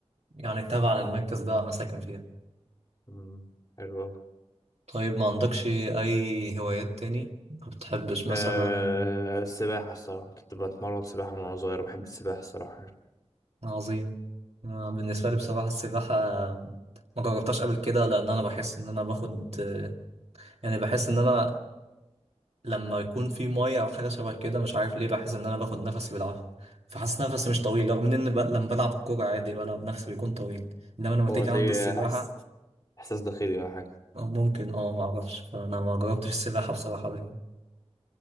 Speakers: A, on the right; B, on the left.
A: يعني تابعة للمركز ده أنا ساكن فيها
B: مم. حلو أوي
A: طيب ما عندكش أي هوايات تاني ما بتحبش مثلا
B: أه السباحة الصراحة كنت بتمرن سباحة من وأنا صغير بحب السباحة الصراحة
A: عظيم أنا بالنسبة لي بصراحة السباحة ما جربتهاش قبل كده لأن أنا بحس إن أنا باخد يعني بحس إن أنا لما يكون في مية أو حاجة شبه كده مش عارف ليه بحس إن أنا باخد نفسي بالعافية فحاسس نفسي مش طويل رغم إن ب... لما بلعب كورة عادي بلعب نفسي بيكون طويل إنما لما تيجي
B: هو هتلاقي
A: عند السباحة
B: أحس... إحساس داخلي ولا حاجة
A: آه، ممكن أه معرفش فأنا ما جربتش السباحة بصراحة قبل كده.